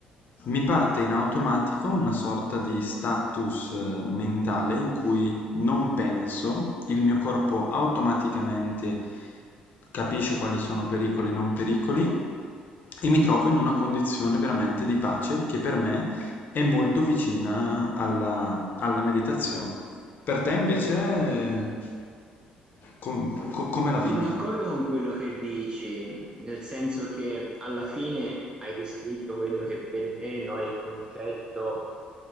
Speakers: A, on the left; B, on the right.
A: mi parte in automatico una sorta di status eh, mentale in cui non penso, il mio corpo automaticamente capisce quali sono pericoli e non pericoli e mi trovo in una condizione veramente di pace che per me è molto vicina alla alla meditazione. Per te invece com- co- come la vivi?
B: Sono d'accordo con quello che dici, nel senso che alla fine hai descritto quello che per me, no, è il concetto